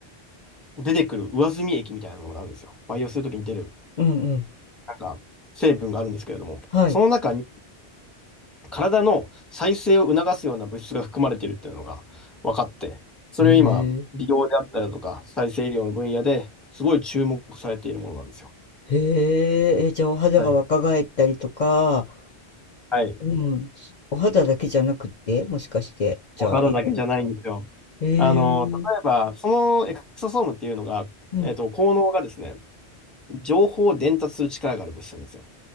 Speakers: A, in the centre; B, on the left.
A: 出てくる上澄み液みたいなものがあるんですよ。培養するときに出る、
B: うん、うん、
A: なんか、成分があるんですけれども、
B: はい。
A: その中に体の再生を促すような物質が含まれているっていうのが分かって、それを今、
B: へえ。
A: 美容であったりだとか、再生医療の分野ですごい注目されているものなんですよ。
B: へえ、え、じゃあお肌が若返ったりとか、
A: はい。はい。
B: うん、お肌だけじゃなくって、もしかして、じゃあ色も、
A: お肌だけじゃないんですよ。
B: ええ、
A: あの、例えば、そのエクソソームっていうのが、
B: うん、
A: えっと、効能がですね、情報を伝達する力がある物質なんですよ。